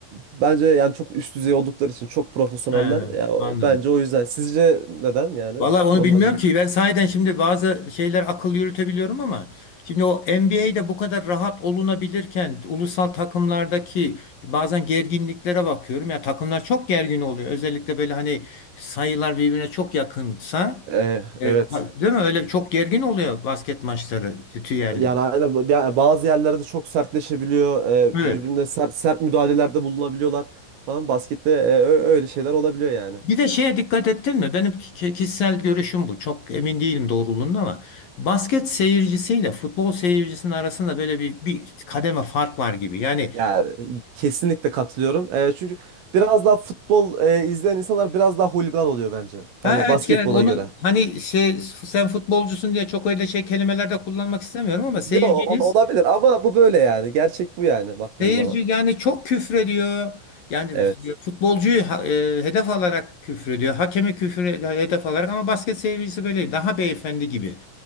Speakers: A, on the right; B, on the left.
A: Bence yani çok üst düzey oldukları için çok profesyoneller.
B: He,
A: Ya o-
B: anladım.
A: bence o yüzden. Sizce neden yani?
B: Vallahi onu
A: Ondan
B: bilmiyorum
A: merak
B: ki.
A: ettim.
B: Ben sahiden şimdi bazı şeyler akıl yürütebiliyorum ama şimdi o NBA'de bu kadar rahat olunabilirken ulusal takımlardaki bazen gerginliklere bakıyorum. Ya takımlar çok gergin oluyor. Özellikle böyle hani sayılar birbirine çok yakınsa.
A: E,
B: Evet.
A: evet.
B: Değil mi? Öyle çok gergin oluyor basket maçları. Tüyelli.
A: Yani aynen yani bazı yerlerde çok sertleşebiliyor. e,
B: Evet.
A: birbirine sert, sert müdahalelerde bulunabiliyorlar falan. Baskette e, ö- öyle şeyler olabiliyor yani.
B: Bir de şeye dikkat ettin mi? Benim ki- kişisel görüşüm bu. Çok emin değilim doğruluğunda ama basket seyircisiyle futbol seyircisinin arasında böyle bir, bir kademe fark var gibi. Yani
A: Yani e, kesinlikle katılıyorum. E, çünkü biraz daha futbol e, izleyen insanlar biraz daha hooligan oluyor bence.
B: ha
A: Yani
B: evet
A: basketbola
B: yani onu
A: göre.
B: hani şey sen futbolcusun diye çok öyle şey kelimelerde kullanmak istemiyorum ama seyirciniz
A: Yo o- olabilir ama bu böyle yani. Gerçek bu yani baktığınız
B: seyirci
A: zaman.
B: yani çok küfrediyor. Yani
A: Evet.
B: futbolcuyu ha- e, hedef alarak küfrediyor. Hakemi küfür hedef alarak ama basket seyircisi böyle daha beyefendi gibi.